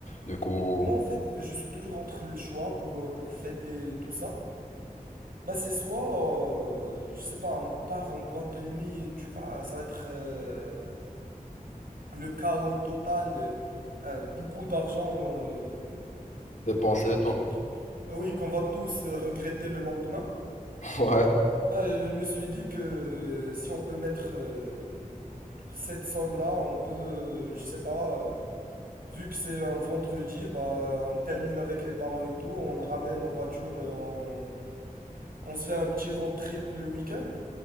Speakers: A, on the left; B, on the right.
A: Du coup,
B: Et moi, en fait, je suis toujours entre le choix pour, euh, pour fêter tout ça. Bah c'est soit, euh, je sais pas, on part en boîte de nuit, tu vois, ça va être euh, le chaos total, euh, euh, beaucoup d'argent, euh,
A: dépenser et tout.
B: qui- ah oui, qu'on va tous euh, regretter le lendemain.
A: <laughs> Ouais.
B: Bah je me suis dit que euh, si on peut mettre euh, cette somme-là, on peut, euh, je sais pas, euh, vu que c'est un vendredi, bah on termine avec les parents et tout, on le ramène en voiture, et on, on se fait un petit road trip le week-end.